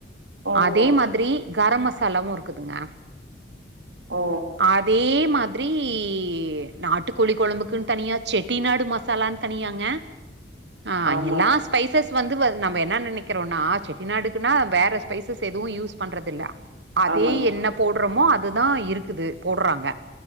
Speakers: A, on the right; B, on the right.
A: ஓ
B: அதே
A: ஓ
B: மாத்ரி கரம் மசாலாவு இருக்குதுங்க
A: ஓ
B: அதே மாதிரி <unintelligible> நாட்டுக்கோழி கொழம்புக்குன் தனியா செட்டி நாடு மசாலான் தனியாங்க ஆ
A: ஆமாங்
B: எல்லாஸ் பைசஸ் வந்து வ நம்ப என்னா நெனைக்றோனா செட்டிநாடுக்குனா வேற ஸ்பைசஸ் எதுவு யூஸ் பண்றதில்ல அதே
A: ஆமாங்
B: என்ன போட்றமோ அது தா இருக்குது போட்றாங்க